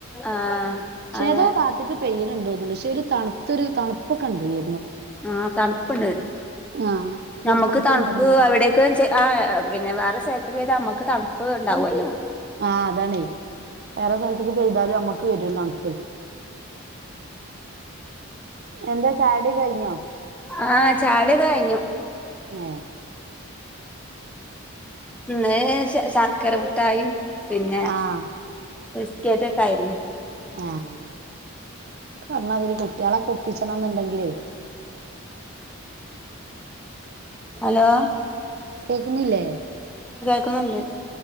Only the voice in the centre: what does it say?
ആഹ്
അതെ
ആഹ് തൺപ്പ്ണ്ട്.
നമുക്ക്
തൺപ്പ്
അവിടേക്ക് ചെ ആ പിന്നെ വേറെ സെൽ ത്ത് പെയ്താ നമ്മക്ക് തൺപ്പ് ഇണ്ടാവു അല്ലോ
ആഹ് ചായുടിക്കെ കഴിഞ്ഞു.
ഇന്ന് ശ ശർ ക്കര മുഠായിം പിന്നെ
ബിസ്ക്കറ്റൊക്കെ ആയിരുന്നു.
അലോ
കേൾക്കുന്നുണ്ട്